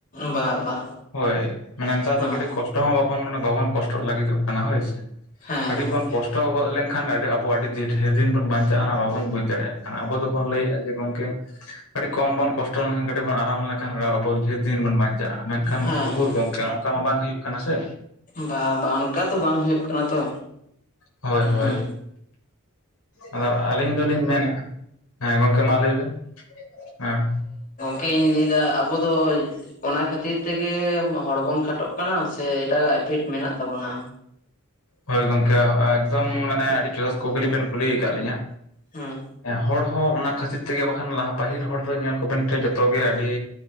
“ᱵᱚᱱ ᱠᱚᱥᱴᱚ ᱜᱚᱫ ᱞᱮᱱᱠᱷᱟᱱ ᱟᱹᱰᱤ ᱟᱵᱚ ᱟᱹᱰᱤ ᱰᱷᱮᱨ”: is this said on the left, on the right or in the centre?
Left